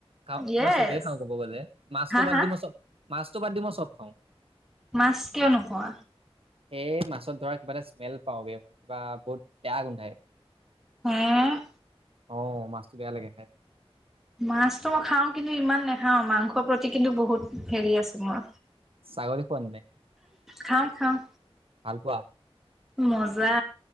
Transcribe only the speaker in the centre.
য়েছ
হা
হা
মাছ কিয় নোখোৱা
হম
মাছতো মই খাও কিন্তু ইমান নাখাও মাংসৰ প্ৰতি কিন্তু বহুত হেৰি আছে মোৰ
খাওঁ খাওঁ
মজা